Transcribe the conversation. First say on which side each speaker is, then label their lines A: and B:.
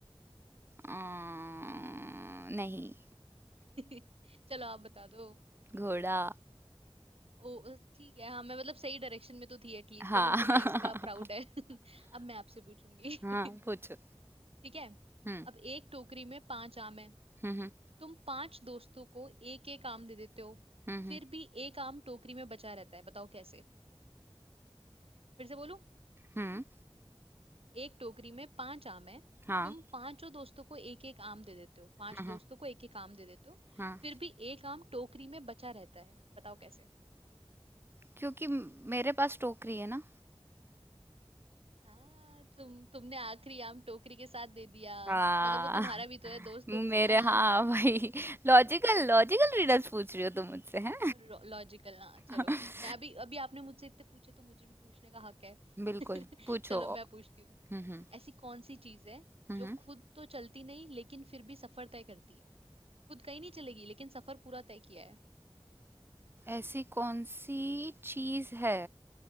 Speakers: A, on the right; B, on the right.
A: अं, नहीं
B: <laughs> चलो आप बता दो
A: घोड़ा
B: ओ ठीक है हाँ मैं मतलब सही डायरेक्शन में तो थी एटलीस्ट
A: हाँ
B: चलो मुझे इसका
A: <laughs>
B: प्राउड है <laughs> अब मैं आपसे पूछूंगी
A: हाँ पूछो
B: <laughs> ठीक है
A: हम्म
B: अब एक टोकरी में पांच आम है
A: हम्म हम्म
B: तुम पांच दोस्तों को एक एक आम दे देते हो
A: हम्म
B: फिर भी एक आम टोकरी में बचा रहता है बताओ कैसे फिर से बोलूं
A: हम्म,
B: एक टोकरी में पांच आम है
A: हाँ
B: तुम पांचों दोस्तों को एक एक आम दे देते हो पांच
A: हाँ
B: दोस्तों
A: हम्म, हम्म,
B: को एक एक आम दे देते हो
A: हाँ
B: फिर भी एक आम टोकरी में बचा रहता है बताओ कैसे
A: क्योंकि मेरे पास टोकरी है ना
B: हाँ तुम तुमने आखिरी आम टोकरी के साथ दे दिया
A: हाँ
B: मतलब वो तुम्हारा भी तो है दोस्त
A: मेरे
B: तुम हो ना
A: हाँ भाई लॉजिकल लॉजिकल रीडर्स पूछ रही हो तुम मुझसे हैं
B: <laughs> लॉजिकल ना
A: <laughs>
B: चलो मैं अभी अभी आपने मुझसे इतने पूछे तो मुझे भी पूछने का हक है
A: बिल्कुल
B: <laughs>
A: पूछो
B: चलो मैं पूछती हूँ
A: हम्म हम्म
B: ऐसी कौन सी चीज है
A: हम्म,
B: जो
A: हम्म।
B: खुद तो चलती नहीं लेकिन फिर भी सफर तय करती है खुद कहीं नहीं चलेगी लेकिन सफर पूरा तय किया है
A: ऐसी कौन सी चीज है